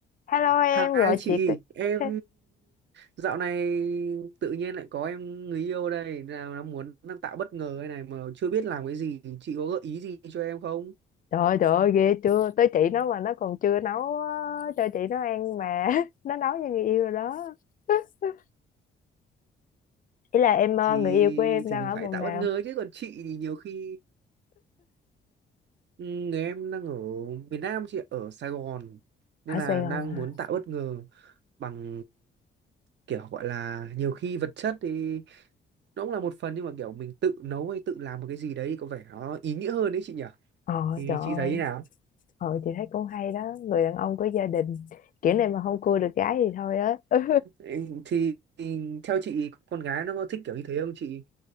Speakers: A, on the left; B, on the right.
A: Hello em
B: Hai
A: gọi
B: chị,
A: chị cái-
B: em
A: <laughs> cái-
B: dạo này tự nhiên lại có em người yêu đây, nào nó muốn đang tạo bất ngờ đây này mà chưa biết làm cái gì, chị có gợi ý gì cho em không?
A: Trời ơi, trời ơi ghê chưa Tới chị nó mà nó còn chưa nấu á, cho chị nó ăn mà <laughs> Nó nấu cho người yêu rồi đó <laughs> Ý là em ờ,
B: Thì
A: người yêu của em
B: thì
A: đang
B: mình
A: ở
B: phải
A: vùng
B: tạo
A: nào
B: bất ngờ chứ còn chị thì nhiều khi ừ, người em đang ở miền Nam chị ở Sài Gòn nên
A: Ở
B: là
A: Sài Gòn
B: đang
A: hả
B: muốn tạo bất ngờ bằng kiểu gọi là nhiều khi vật chất thì nó cũng là một phần nhưng mà kiểu mình tự nấu hay tự làm một cái gì đấy có vẻ nó ý nghĩa hơn đấy chị nhỉ?
A: Ờ
B: Thì
A: trời ơi
B: chị thấy thế nào?
A: Ờ chị thấy cũng hay đó Người đàn ông có gia đình Kiểu này mà không cua được gái thì thôi á <laughs>
B: Ê, thì thì theo chị con gái nó có thích kiểu như thế không chị